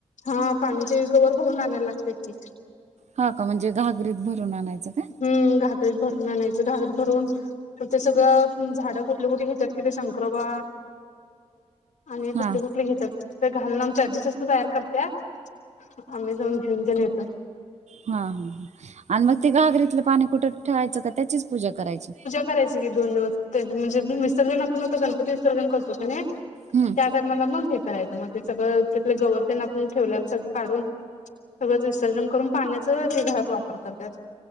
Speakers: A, on the left; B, on the right.
A: हां पाणी ते गवर भरून आणायला लागतं की.
B: हा का? म्हणजे घागरीत भरून आणायचं काय?
A: हम्म घागरीत भरून आणायचं, घागरी भरून म ते सगळं झाड कु कुटली कुतली घेत्यात की ते शंकरोबा, आणि कुटली
B: हां
A: कुटली घेत्यात. ते घालून आमची आजी तसलं तयार करत्या, आम्ही जाऊन घेऊन तेन येतोय.
B: हां हां हां, आणि मग ते घागरीतलं पाणी कुठ ठेवायचं का त्याचीच पूजा करायची?
A: करायचं की दोन दिवस, तेच म्हणजे विसर्जन आपण आता गणपती विसर्जन करतो की नी
B: हम्म.
A: त्या टायमाला म हे करायचं, मग ते सगळं तिथलं गवर तेन आपूण ठेवल्याल सगळं काढून सगळच विसर्जन करून पाण्याचं ते घरात वापर करत्यात,